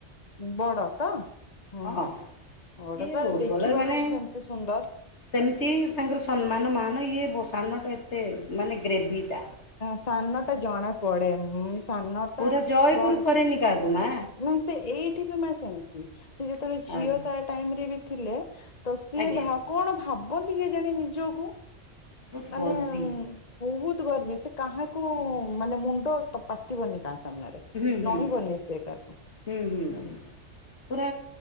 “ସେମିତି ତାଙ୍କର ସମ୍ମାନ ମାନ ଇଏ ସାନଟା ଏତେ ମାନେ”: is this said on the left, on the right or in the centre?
Left